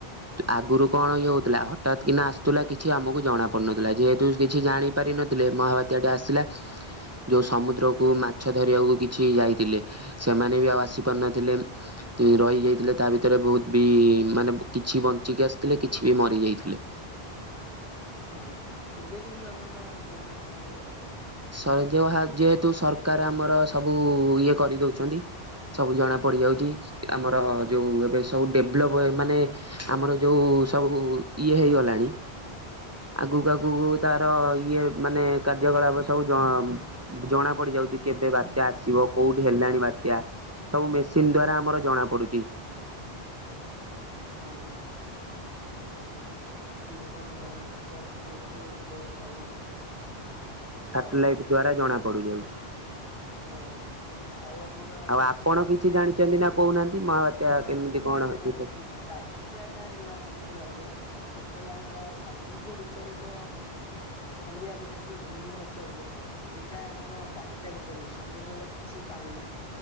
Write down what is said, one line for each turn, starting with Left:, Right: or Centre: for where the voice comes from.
Right: ଆଗରୁ କଣ ଇଏ ହଉଥିଲା ହଠାତ୍ କିନା ଆସୁଥିଲା କିଛି ଆମକୁ ଜଣା ପଡୁ ନଥିଲା ଯେହେତୁ କିଛି ଜାଣି ପାରି ନଥିଲେ ମହାବାତ୍ୟାଟେ ଆସିଲା ଯୋଉ ସମୁଦ୍ରକୁୁ ମାଛ ଧରିବାକୁ କିଛି ଯାଇଥିଲେ ସେମାନେ ବି ଆଉ ଆସି ପାରିନଥିଲେ। ରହିଯାଇଥିଲେ ତା ଭିତରେ ବହୁତ ବି ମାନେ କିଛି ବଞ୍ଚିକି ଆସି ଥିଲେ କିଛି ବି ମରି ଯାଇଥିଲେ।
Left: ହଁ ଏବେ କିନ୍ତୁ ଆମର ଜଣା ପଡିଯାଉଛି।
Right: <unintelligible> ଯେହେତୁ ସରକାର ଆମର ସବୁ ଇଏ କରିଦଉଛନ୍ତି, ସବୁ ଜଣା ପଡି ଯାଉଛି, ଆମର ଯୋଉ ଏବେ ସବୁ ଡେଭଲପ୍ ମାନେ ଆମର ଯୋଉ ସବୁ ଇଏ ହେଇଗଲାଣି ଆଗକୁ ଆଗକୁ ତାର ଇଏ ମାନେ କାର୍ଯ୍ୟକଳାପ ସବୁ ଜଣା ଜଣା ପଡିଯାଉଛି କେବେ ବାତ୍ୟା ଆସିବ କୋଉଠି ହେଲାଣି ବାତ୍ୟା ସବୁ ମେସିନ ଦ୍ଵାରା ଆମର ଜଣା ପଡୁଛି।
Left: <unintelligible> ହଁ। ମୋର ଜଣା ପଡି ଯାଉଛି ଯେହେତୁ ବହୁତ ଭଲ କଥା।
Right: ସାଟେଲାଇଟ
Left: ଆଉ
Right: ଦ୍ଵାରା ଜଣା ପଡୁଛି। ଯାଉଛି,
Left: ହଁ ଆଉ ଆମର
Right: ଆଉ ଆପଣ
Left: ତମେ
Right: କିଛି ଜାଣିଛନ୍ତି ନା? <inaudible> ମହାବାତ୍ୟା
Left: ହଁ
Right: କେମିତି
Left: ମୁଁ
Right: କଣ
Left: ବାତ୍ୟା
Right: ହେଇଥାଏ?
Left: ଜାଣିଛି ବାତ୍ୟାଟା ହେଲା ମତେ ଲାଗେ ଯେତେବେଳେ ଆମର ସମୁଦ୍ର ଭିତରେ ଏକ ଖଣ୍ଡିଆଭୂତ କି ଘୂର୍ଣିଭୂତ ହୁଏ। ସେଇଟା ଆମର ବାତ୍ୟା ରୂପ ନୁହେଁ ସମୁଦ୍ରର କିଛି ପାଣି